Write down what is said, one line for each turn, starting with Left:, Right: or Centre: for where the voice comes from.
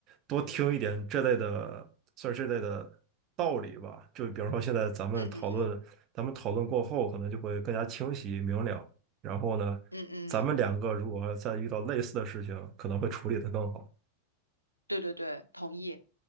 Right: 多听一点这类的，算是这类的道理吧。就比方说，现在咱们讨论，
Left: 嗯嗯嗯
Right: 咱们讨论过后，可能就会更加清晰明了。然后呢，
Left: 嗯嗯，
Right: 咱们两个如果再遇到类似的事情，可能会处理得更好。
Left: 对对对，同意。